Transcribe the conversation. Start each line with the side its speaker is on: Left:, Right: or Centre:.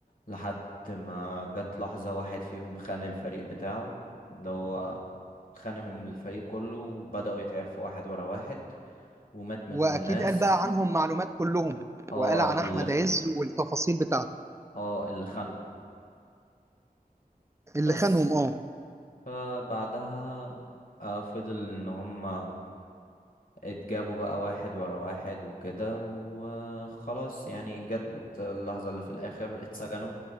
Left: لحد ما جت لحظة واحد فيهم خان الفريق بتاعه اللي هو خانهم الفريق كله وبدأوا يتعرفوا واحد ورا واحد ومات منهم
Right: واكيد
Left: ناس
Right: قال بقى عنهم معلومات كلهم
Left: اه
Right: وقال عن احمد
Left: اللي
Right: عز والتفاصيل بتاعته
Left: اه اللي خانهم
Right: اللي
Left: بس
Right: خانهم اه
Left: فبعدها آه، فضل ان هم اتجابوا بقى واحد ورا واحد وكده وخلاص يعني جت اللحظة اللي في الاخر اتسجنوا